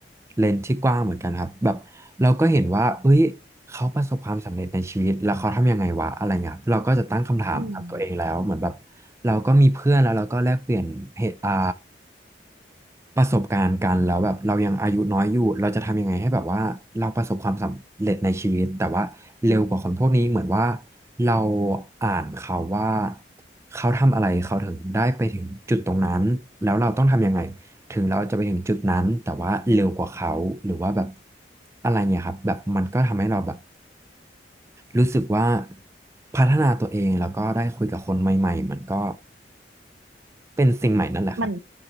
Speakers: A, on the right; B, on the right.
A: เลนส์ที่กว้างเหมือนกันครับแบบเราก็เห็นว่าเอ้ยเขาประสบความสำเร็จในชีวิตแล้วเขาทำยังไงวะอะไรเงี้ยครับเราก็จะตั้งคำถามกับตัวเองแล้วเหมือนแบบ
B: อืม
A: เราก็มีเพื่อนแล้วเราก็แลกเปลี่ยนเหตุอ่า ประสบการณ์กันแล้วแบบเรายังอายุน้อยอยู่เราจะทำยังไงให้แบบว่าเราประสบความสำเร็จในชีวิตแต่ว่าเร็วกว่าคนพวกนี้เหมือนว่าเราอ่านเขาว่าเขาทำอะไรเขาถึงได้ไปถึงจุดตรงนั้นแล้วเราต้องทำยังไงถึงเราจะไปถึงจุดนั้นแต่ว่าเร็วกว่าเขาหรือว่าแบบอะไรเนี่ยครับแบบมันก็ทำให้เราแบบรู้สึกว่าพัฒนาตัวเองแล้วก็ได้คุยกับคนใหม่ๆมันก็เป็นสิ่งใหม่นั่นแหละครับ
B: มัน